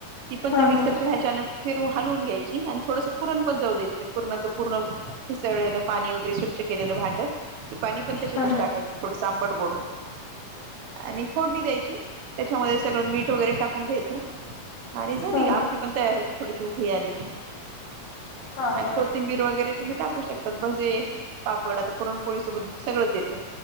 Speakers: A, on the right; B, on the left.
A: ती पण
B: हा
A: त्या मिक्सरच्या
B: हा
A: ह्याच्यान फिरू, हलून घ्यायची आणि थोडसं पुरण पण जाऊ द्यायं ते पुरणाचं पूर्ण हिसळलेला पाणी वगैरे स्वच्छ केलेलं भांडत ते पाणी पण त्याच्यातच
B: हा हा
A: टाकायच थोडं सा आंबट गोड होतं आणि फोडणी द्यायची त्याच्यामध्ये सगळं मीठ वगैरे टाकून घ्यायचं आणि झाली
B: हा
A: आमटी पण तयार होते थोडीशी उखळी आली की
B: हा हा
A: आणि कोथिंबीर वगैरे तुम्ही टाकूशक तात भजे, पापड आता पुरणपोळी सोबत सगळंच येतं.